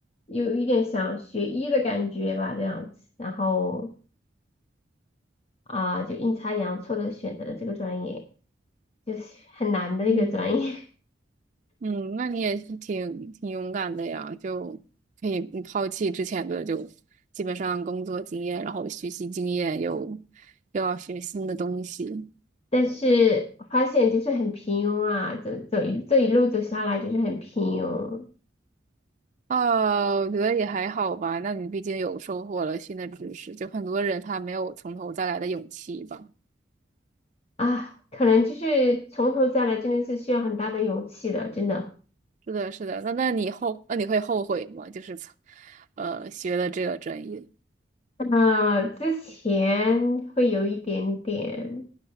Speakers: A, on the left; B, on the right.
A: 有一点想学医的感觉吧，这样子，然后啊、就阴差阳错的选择了这个专业，就是很难的一个专业，
B: 嗯。嗯，那你也是挺挺勇敢的呀，就可以不抛弃之前的就基本上工作经验，然后学习经验，又又要学新的东西。
A: <laughs> 但是发现就是很平庸啊，走走一这一路走下来就是很平庸
B: 哦，我觉得也还好吧。那你毕竟有收获了新的知识，就很多人他没有从头再来的勇气吧。
A: 啊，可能就是从头再来真的是需要很大的勇气的，真的。
B: 是的，是的。那那你后，那你会后悔吗？就是从呃，学了这个专业。
A: 那之前会有一点点，